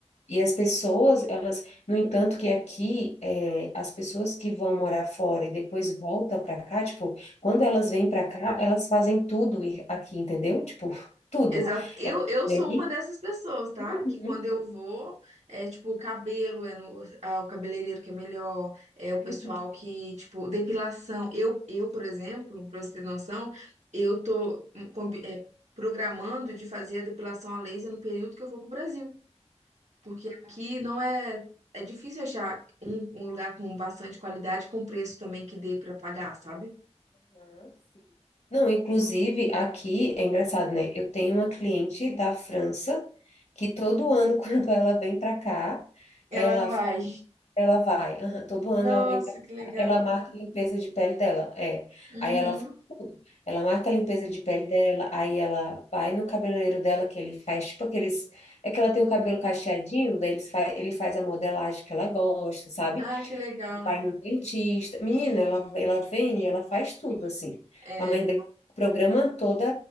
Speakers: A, on the left; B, on the right.
A: E as pessoas, elas, no entanto, que aqui, é, as pessoas que vão morar fora e depois volta para cá, tipo, quando elas vêm para cá, elas fazem tudo e- aqui, entendeu? Tipo, <laughs> tudo.
B: Exato. Eu,
A: Elas
B: eu sou
A: vêm-
B: uma dessas pessoas, tá?
A: Uhum,
B: Que quando eu vou, é tipo, o cabelo é no, ah, o cabeleireiro que é melhor, é o pessoal
A: uhum.
B: que, tipo, depilação. Eu, eu, por exemplo, pra você ter noção, eu tô hum, combi- é, programando de fazer a depilação a laser no período que eu for pro Brasil, porque aqui não é, é difícil achar um, um lugar com bastante qualidade, com preço também que dê pra pagar, sabe?
A: Aham, sim. Não, inclusive, aqui é engraçado, né? Eu tenho uma cliente da França que todo ano, <laughs> quando ela vem para cá,
B: Ela
A: ela
B: vai.
A: Ela vai, aham, todo
B: Nossa,
A: ano ela vem pra
B: que legal.
A: cá, ela marca a limpeza de pele dela, é.
B: Uhum.
A: Aí ela faz tudo. Ela marca a limpeza de pele dela, aí ela vai no cabeleireiro dela que ele faz, tipo aqueles, é que ela tem o cabelo cacheadinho, daí eles fa- ele faz a modelagem que ela gosta, sabe?
B: Ah, que legal.
A: Vai no dentista. Menina, ela, ela vem e ela faz tudo assim.
B: É.
A: A mãe dela programa toda